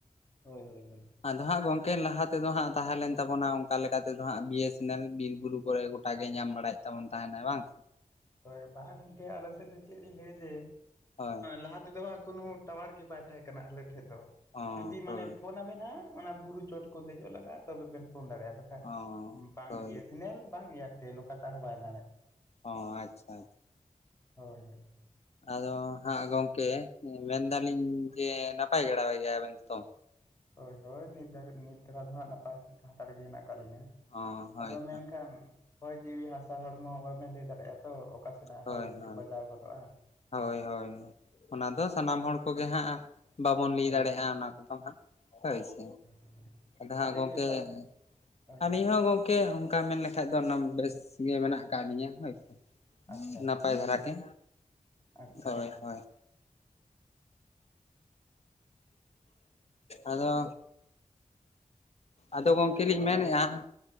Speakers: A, on the left; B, on the left.
A: ᱦᱳᱭ ᱦᱳᱭ ᱦᱳᱭ ᱾
B: ᱟᱫᱚ ᱦᱟᱸᱜ ᱜᱚᱢᱠᱮ ᱞᱟᱦᱟ ᱛᱮᱫᱚ ᱦᱟᱸᱜ ᱛᱟᱦᱮᱸ ᱞᱮᱱ ᱛᱟᱵᱚᱱᱟ ᱚᱱᱠᱟ ᱞᱮᱠᱟ ᱛᱮᱫᱚ ᱦᱟᱸᱜ ᱵᱤᱭ ᱮᱥ ᱮᱱ ᱮᱞ ᱵᱤᱨ ᱵᱩᱨᱩ ᱠᱚᱨᱮ ᱜᱚᱴᱟ ᱜᱚᱴᱟ ᱜᱮ ᱧᱟᱢ ᱵᱟᱲᱟᱭᱮᱫ ᱛᱟᱵᱚᱱ ᱛᱟᱦᱮᱱᱟᱭ ᱵᱟᱝ,
A: ᱦᱳᱭ ᱵᱟᱝᱼᱟ ᱜᱚᱢᱠᱮ ᱟᱞᱮ ᱥᱮᱫ ᱫᱚ ᱪᱮᱫ ᱤᱧ ᱞᱟᱹᱭᱟ ᱡᱮ
B: ᱦᱳᱭ
A: ᱞᱟᱦᱟᱛ ᱱᱚᱛᱮ ᱫᱚ ᱦᱟᱸᱜ ᱠᱳᱱᱳ ᱴᱟᱣᱟᱨ ᱜᱮ ᱵᱟᱭ ᱛᱟᱦᱮᱸ ᱠᱟᱱᱟ ᱟᱞᱮ ᱴᱷᱮᱡ ᱫᱚ
B: ᱚ
A: ᱡᱩᱫᱤ
B: ᱦᱳᱭ
A: ᱢᱟᱱᱮ ᱯᱷᱳᱱᱟ ᱟᱵᱤᱱ ᱦᱟᱸᱜ ᱚᱱᱟ ᱵᱩᱨᱩ ᱪᱚᱴ ᱠᱚ ᱫᱮᱡᱚᱜ ᱞᱟᱜᱼᱟ ᱛᱚᱵᱮᱱ ᱯᱷᱳᱱ ᱫᱟᱲᱮᱭᱟᱜᱼᱟ᱾
B: ᱚ
A: ᱵᱟᱝ
B: ᱦᱳᱭ
A: ᱵᱤᱭ ᱮᱥ ᱮᱱ ᱮᱞ ᱵᱟᱝ ᱮᱭᱟᱨᱴᱮᱞ ᱚᱠᱟᱴᱟᱜ ᱦᱚᱸ ᱵᱟᱭ ᱧᱟᱢᱮᱫ ᱛᱟᱦᱮᱸᱫ
B: ᱚ ᱟᱪᱪᱷᱟ ᱾
A: ᱦᱳᱭ ᱦᱳᱭ ᱾
B: ᱟᱫᱚ ᱦᱟᱸᱜ ᱜᱚᱢᱠᱮ ᱢᱮᱱᱫᱟᱞᱤᱧ ᱡᱮ ᱱᱟᱯᱟᱭ ᱵᱟᱲᱟ ᱜᱮᱭᱟᱵᱮᱱ ᱛᱚ᱾
A: ᱦᱳᱭ ᱦᱳᱭ ᱱᱤᱛ ᱫᱷᱟᱨᱟ ᱱᱤᱛ ᱫᱷᱟᱨᱟ ᱫᱚ ᱦᱟᱸᱜ ᱱᱟᱯᱟᱭ ᱱᱟᱯᱟᱭ ᱨᱮᱜᱮ ᱦᱮᱱᱟᱜ ᱟᱠᱟᱫ ᱞᱤᱧᱟᱹ,
B: ᱚ ᱦᱳᱭᱛᱚ
A: ᱟᱫᱚ ᱢᱮᱱᱠᱷᱟᱱ ᱦᱚᱭ ᱡᱤᱣᱤ ᱦᱟᱥᱟ ᱦᱚᱲᱢᱚ ᱵᱟᱵᱮᱱ ᱞᱟᱹᱭ ᱫᱟᱲᱮᱭᱟᱜᱼᱟ ᱛᱚ ᱚᱠᱟ ᱥᱮᱱᱟᱜ
B: ᱦᱳᱭ
A: ᱦᱚᱭ ᱦᱤᱸᱥᱤᱫ
B: ᱦᱳᱭ
A: ᱵᱟᱡᱟᱣ ᱜᱚᱫᱚᱜᱼᱟ᱾
B: ᱦᱳᱭ ᱦᱳᱭ ᱚᱱᱟ ᱫᱚ ᱥᱟᱱᱟᱢ ᱦᱚᱲ ᱠᱚᱜᱮ ᱦᱟᱸᱜ᱾ ᱵᱟᱵᱚᱱ ᱞᱟᱹᱭ
A: ᱦᱳᱭ
B: ᱫᱟᱲᱮᱭᱟᱜᱼᱟ ᱚᱱᱟ ᱠᱚᱫᱚ ᱦᱟᱸᱜ ᱦᱳᱭ ᱥᱮ᱾
A: <unintelligible>
B: ᱟᱫᱚ ᱦᱟᱸᱜ ᱜᱚᱢᱠᱮ
A: ᱜᱮ ᱚᱠᱟ
B: ᱟᱨ
A: ᱦᱳᱭ
B: ᱟᱞᱤᱧ
A: ᱞᱟᱹᱭ ᱵᱮᱱ
B: ᱦᱚᱸ ᱜᱚᱢᱠᱮ ᱚᱱᱠᱟ ᱢᱮᱱ ᱞᱮᱠᱷᱟᱱ ᱵᱟᱠᱷᱟᱡ ᱫᱚ ᱚᱱᱟ ᱵᱮᱥ ᱜᱮ ᱢᱮᱱᱟᱜ ᱠᱟᱜ ᱞᱤᱧᱟᱹ ᱦᱳᱭ ᱥᱮ,
A: ᱟᱪᱪᱷᱟ
B: ᱱᱟᱯᱟᱭ
A: ᱟᱪᱪᱷᱟ ᱟᱪᱪᱷᱟ
B: ᱫᱷᱚᱨᱟ ᱜᱮ,
A: ᱟᱪᱪᱷᱟ
B: ᱦᱳᱭ
A: ᱟᱪᱪᱷᱟ
B: ᱦᱳᱭ᱾ ᱟᱫᱚ ᱟᱫᱚ ᱜᱚᱢᱠᱮ ᱞᱤᱧ ᱢᱮᱱᱮᱫᱼᱟ ᱾